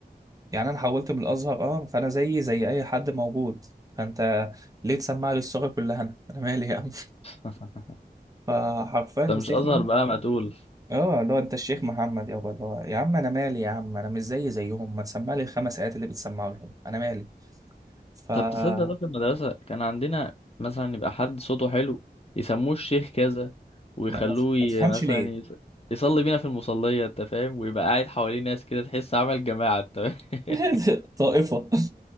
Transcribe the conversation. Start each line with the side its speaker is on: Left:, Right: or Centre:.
Right: يعني انا حولت من الازهر اه فانا زي زي اي حد موجود فانت ليه تسمع لي الصوره كلها انا انا مالي يا عم
Left: <laughs>
Right: <laughs> فحرفيا مسكني
Left: انت مش ازهر بقى ما تقول
Right: اه اللي هو انت الشيخ محمد يابا اللي هو يا عم انا مالي يا عم انا مش زي زيهم ما تسمع لي الخمس ايات اللي بتسمعوا لهم انا مالي ف ما,
Left: طب تصدق ده في المدرسه كان عندنا مثلا يبقى حد صوته حلو يسموه الشيخ كذا ويخلوه
Right: ما ما
Left: ي-
Right: تفهمش
Left: مثلا
Right: ليه
Left: يص- يصلي بينا في المصليه انت فاهم ويبقى قاعد حواليه ناس كده تحس عمل جماعه انت فاهم؟ <laughs>
Right: <laughs> طائفه